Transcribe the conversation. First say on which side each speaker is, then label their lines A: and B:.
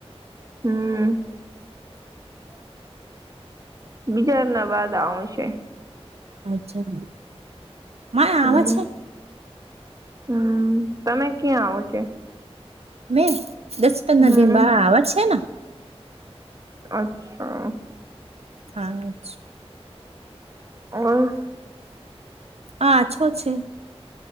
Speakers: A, on the right; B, on the right.
A: હમ. <inaudible> બીજાના બાદ આવશે.
B: અચ્છા મા ય
A: હમ
B: આવે છે.
A: હમ તમે ક્યાં આવો છે.
B: મેં દસ પંદરા
A: હમ
B: દિન બાદ આવે છે ના.
A: અચ્છા.
B: હા ચ.
A: બોલ.
B: હા છો છે.